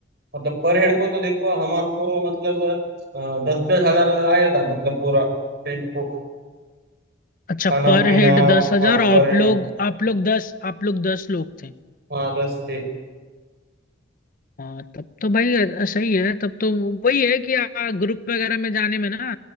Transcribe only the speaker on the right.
मतलब पर हेड को तो देखो हमारे को मतलब अ, दस दस हजार आया था मतलब पूरा ट्रिप को
खाना
पीना
हाँ
पर हेड
हाँ दस से